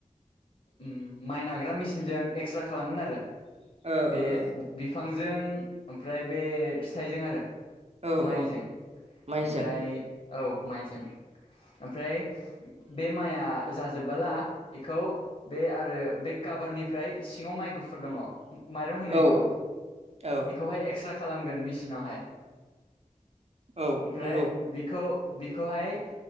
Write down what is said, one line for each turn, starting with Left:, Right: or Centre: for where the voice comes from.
Left: ओम माइ नाग्रा मेसिनजों एक्स्रा खालामगोन आरो।
Right: ओ
Left: बे
Right: ओ
Left: बि-बिफांजों ओमफ्राय बे फिथाइजों आरो।
Right: औ
Left: माइजों
Right: औ माइजों
Left: ओमफ्राय औ माइजों ओमफ्राय बे माइआ जाजोबबाला एखौ बे आरो बे काबारनिफ्राय सिङाव माइ गुफ फुर दङ' माइरं होनो
Right: औ
Left: एखौ।
Right: औ
Left: एखौहाय एक्स्रा खालामगोन मेसिनावहाय।
Right: औ
Left: ओमफ्राय
Right: नंगौ
Left: बिखौ बिखौहाय